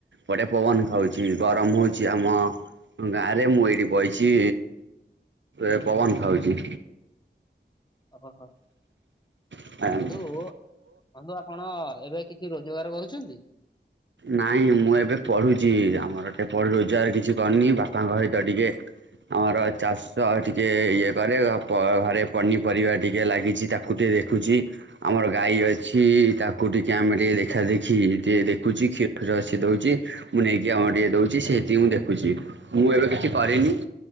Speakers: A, on the right; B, on the left.
A: ବଢ଼ିଆ ପବନ ଖାଉଛି ଗରମ ହଉଛି ଆମ ହଁ ଗାଁ ରେ ମୁଁ ଏଇଠି ବଇଛି ଏ ପବନ ଖାଉଛି।
B: ଓହହୋ
A: ନାଇଁ
B: ବନ୍ଧୁ ବନ୍ଧୁ ଆପଣ ଏବେ କିଛି ରୋଜ ରୋଜଗାର କରୁଛନ୍ତି।
A: ନାଇଁ ମୁଁ ଏବେ ପଢୁଛି ଆମର ଏଟେ ପଢ ରୋଜଗାର କିଛି କରିନି ବାପାଙ୍କ ସହିତ ଟିକେ ଆମର ଚାଷ ଟିକେ ଇଏ କରେ ଘରେ ପନିପରିବା ଟିକେ ଲାଗିଛି ତାକୁ ମୁଁଟେ ଦେଖୁଛି ଆମର ଗାଈ ଅଛି ତାକୁ ଟିକେ ଆମେ ଟିକେ ଦେଖା ଦେଖି ଟିକେ ଦେଖ ଦେଖୁଛି କ୍ଷୀରୀର ଦଉଛି ମୁଁ ନେଇକି ଆମର ଟିକେ ଦଉଛି ସେତିକି ମୁଁ ଦେଖୁଛି। ମୁଁ ଏବେ କିଛି କରିନି